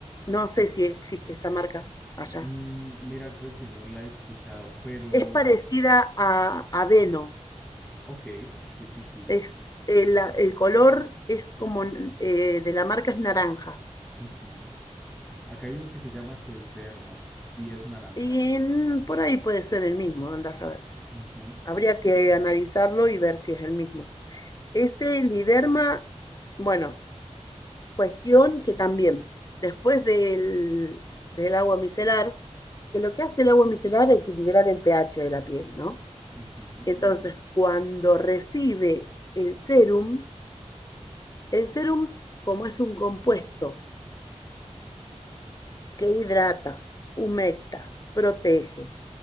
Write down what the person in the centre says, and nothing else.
Ok.
Mm, mira, creo que no la he escuchado, pero...
ac-
ok, sí, sí, sí.
Ujú. Acá hay uno que se llama Sesderma y es naranja.
Ujú,
ujú,